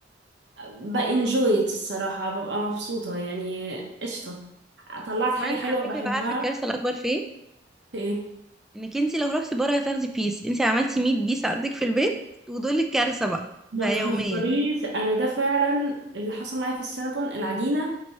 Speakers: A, on the right; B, in the centre.
A: بانجويت الصراحة ببقى مبسوطة يعني قشطة طلعت
B: كمان
A: حاجة حلوة
B: على
A: بحبها
B: فكرة بقى عارفة الكارثة الاكبر فين
A: <laughs>
B: انك انت لو رحتي بره هتاخدي بيس انت عملتي 100 بيس عندك في البيت ودول الكارثه بقى
A: ما
B: بقى
A: تهزريش
B: يوميا
A: انا ده فعلا اللي حصل معايا في السينابون العجينه